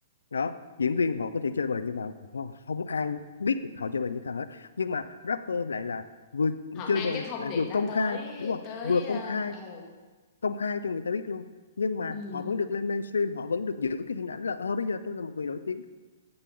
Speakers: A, on the left; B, on the left.
A: đó diễn viên họ có thể chơi bời nhưng mà họ- không ai biết được họ chơi bời như thế nào hết nhưng mà rapper lại là vừa
B: họ
A: chơi
B: mang
A: bời
B: cái thông
A: lại
B: điệp
A: vừa
B: đó
A: công
B: tới
A: khai đúng không
B: tới
A: vừa
B: ờ,
A: công khai
B: ờ,
A: công khai cho người ta biết luôn nhưng mà
B: ừ,
A: họ vẫn được lên mainstream họ vẫn được giữ cái hình ảnh là ờ bây giờ tôi là một người nổi tiếng